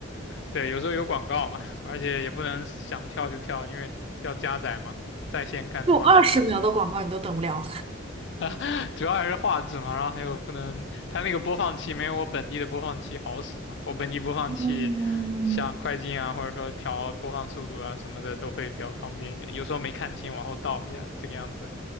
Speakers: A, on the left; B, on the right.
A: 对有时候有广告嘛，而且也不能想跳就跳，因为要加载嘛。在线看的话，
B: 就二十秒的广告你都等不了。
A: <laughs> 主要还是画质嘛，然后还有不能，它那个播放器没有我本地的播放器好使嘛。我本地播放器
B: 嗯，
A: 像快进啊，或者说调播放速度啊什么的都会比较方便一点。有时候没看清，往后倒一下，这个样子。